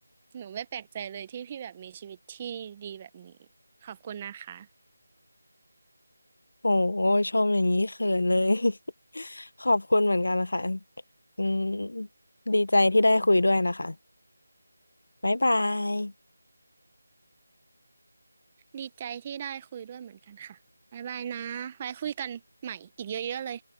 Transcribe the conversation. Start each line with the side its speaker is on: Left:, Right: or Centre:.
Right: หนูไม่แปลกใจเลยที่พี่แบบมีชีวิตที่ดีแบบนี้ขอบคุณนะคะ
Left: โอ้โหชมอย่างนี้เขินเลย <laughs> ขอบคุณเหมือนกันนะคะอืมดีใจที่ได้คุยด้วยนะคะบ๊ายบาย
Right: ดีใจที่ได้คุยด้วยเหมือนกันค่ะบ๊ายบายนะไว้คุยกันใหม่อีกเยอะๆเลย